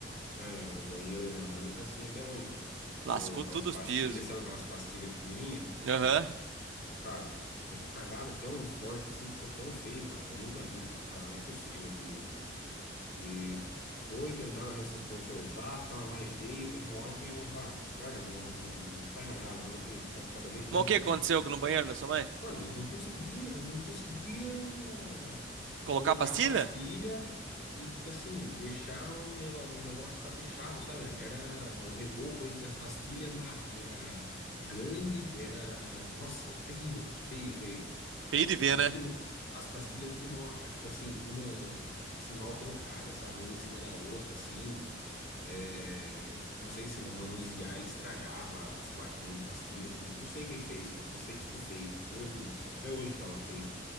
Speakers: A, on the left; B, on the right.
A: é, o banheiro da minha mãe tá assim até hoje, cara. Tipo,
B: lascou
A: aquelas
B: tudo
A: pastilhas,
B: os pisos.
A: sabe aquelas pastilhas pequenininhas?
B: Aham.
A: Cara, mas cagaram tão forte assim, ficou tão feio, cara, que eu nunca vi, cara. Falei, ah, não é possível que E foi, tentaram rece- consertar, ficava mais feio. Teve uma hora que minha mãe falou: ah, larga a mão, não faz mais nada, não, que tá cada vez ficando
B: Mas o que
A: pior.
B: aconteceu no banheiro da sua mãe?
A: Mano, eles não conseguiam, eles não conseguiam
B: Colocar
A: colocar
B: a pastilha?
A: a pastilha e, tipo assim, deixar um negócio, um negócio caprichado, sabe? Era o reboco entre as pastilhas, mar- era grande, era. Nossa, é terrível, cara. Feio, feio
B: Feio de ver,
A: em
B: né?
A: Tudo, ma- as pastilhas tudo mal, aca- tipo assim, uma assim, mal colocada, sabe? Uma em cima da outra, assim. É, não sei se na manusear ele estragava as plaquinhas de pastilha, que não sei o que ele fez, cara. Só sei que ficou feio. Meu Deus do céu, até hoje tá lá feio.